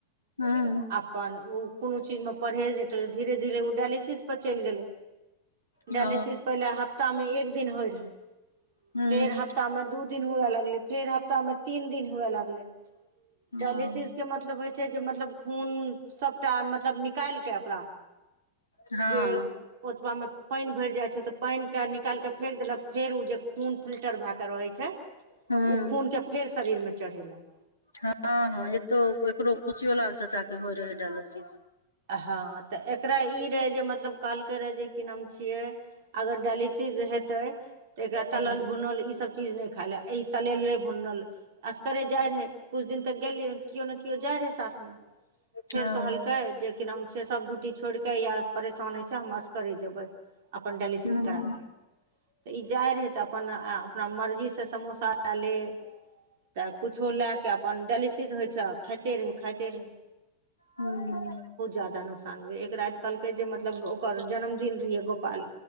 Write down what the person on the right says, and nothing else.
अपन ओ कोनो चीजमे परहेज नहि कैलकै धीरे धीरे ओ डाइलिसिस पर चलि गेलै
डायलिसिस पहिले हफ्तामे एक दिन होइ रहै
फेर ह हप्ता मे दू दिन हुए लगलै फेर हप्तामे तीन दिन हुए लगलै डायलिसिस
के मतलब होइ छै जे मतलब खून सभटा मतलब निकालि के ओकरा
जे ओतबा मे पानि भरि जाय छै तऽ पानि के निकाल के फेेक देलक फेर उ जे खून फिल्टर भए कऽ रहैत छै
ओ खूनके फेर शरीरमे चढ़ेलक
हँ तऽ एकरा ई रहै जे मतलब कहलकै रहए जे की नाम छियै अगर डायलिसिस हेतै तऽ एकरा तलल
भुनल ई सभ चीज नहि खाइ लए एहि तलेले भुनल असकरे जाइ रहय कुछ दिन तक गेलियै केओ ने केओ जाइ रहै साथमे फेर
कहलकै जे कि नाम छै सभ ड्यूटी छोड़िकऽ या परेशान होइ छै हम असकरे जेबै अपन डाइलिसिस
करा के चलि अयबै तऽ ई जाइ रहै तऽ अपन अपना मर्जीसँ समोसा ले ले तऽ कुछो लए कऽ अपन डाइलिसिस होइ छै आ खाइते रहय खाइते रहय
ज्यादा नुकसान हुए एक राति कहलकै जे मतलब ओकर जन्मदिन रहियै गोपाल